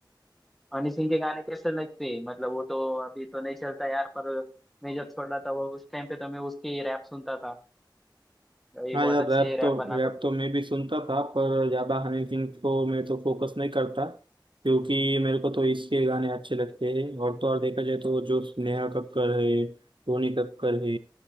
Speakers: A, in the centre; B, on the right (about 85°).
A: हनी सिंह के गाने कैसे लगते हैं मतलब वो तो अभी तो नहीं चलता यार पर मैं जब छोटा था वो उस टाइम पे तो मैं उसके रैप सुनता था ये
B: हाँ
A: बहुत
B: यार
A: अच्छे
B: रैप
A: रैप
B: तो
A: बनाता
B: रैप
A: था
B: तो मैं भी सुनता था पर ज्यादा हनी सिंह को मैं तो फोकस नहीं करता क्योंकि मेरे को तो इसके गाने अच्छे लगते हैं और तो और देखा जाए तो जो नेहा कक्कड़ है रोनी कक्कड़ है